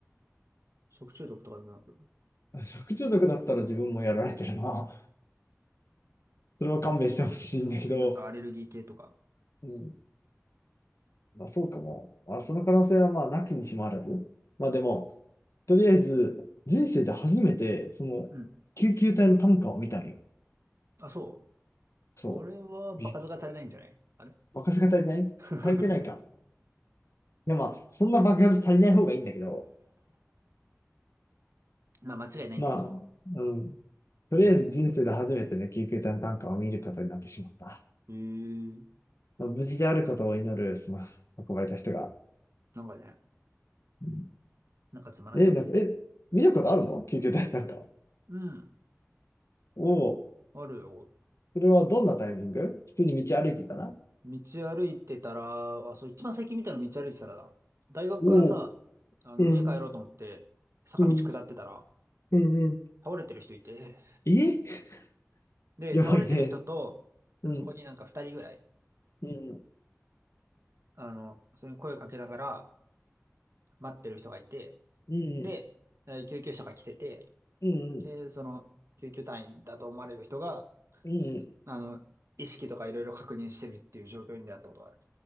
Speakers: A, on the right (about 60°); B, on the left (about 65°).
A: 食中毒とかでもなく、
B: た。食中毒だったら自分もやられてるな。それは勘弁してほしいんだけど、
A: なんか、うん、普通になんかアレルギー系とか。
B: うん。まあそうかも。まあその可能性はまあなきにしもあらず。まあでも、とりあえず、人生で初めて、その、
A: うん。
B: 救急隊の担架を見たんよ。
A: あ、そ
B: そう。
A: うこれは場数が足りないんじゃないあれ
B: び爆発が足りない足りてないか。
A: <laughs>
B: いや、まあ、そんな爆発足りない方がいいんだけど、
A: まあ間違いないんだけど。
B: まあ、うん。とりあえず人生で初めてね、
A: うん。
B: 救急隊の担架を見ることになってしまった。
A: えー、
B: まあ無事であることを祈る、その、運ばれた人が。
A: なんかね、
B: うん
A: なんかつまらしたかね。
B: え、なんか、え、見たことあるの救急隊の担架。
A: うん。
B: おお、
A: あるよ。
B: それはどんなタイミング普通に道歩いてたら
A: 道歩いてたら、あ、そう、一番最近見たの道歩いてたらだ。大学からさ、
B: おお、
A: あの、
B: うん、
A: 家帰ろうと思って、坂道下ってたら、
B: うん、うん、うん。
A: 倒れてる人いて、
B: え
A: で、
B: やばいね。
A: 倒れてる人と、
B: うん。
A: そこになんか二人ぐらい、
B: うん、
A: あの、それに声かけながら待ってる人がいて、
B: うん、
A: で、えー救急車が来てて、
B: うん、
A: で、その、救急隊員だと思われる人が、
B: うん、
A: あの、意識とかいろいろ確認してるっていう状況に出会ったことがある。